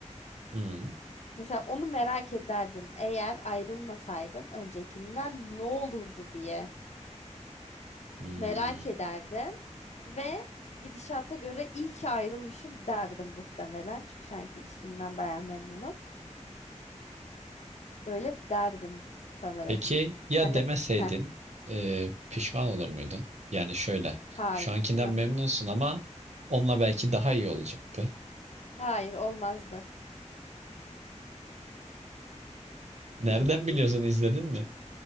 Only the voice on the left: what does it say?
Mesela onu merak ederdim. Eğer ayrılmasaydım öncekinden ne olurdu diye
merak ederdim ve gidişata göre iyi ki ayrılmışım derdim muhtemelen. Çünkü şu anki ilişkimden bayağı memnunum. Böyle derdim sanırım.
Yani
heh,
hay
nasıl?
Hayır olmazdı.
<laughs>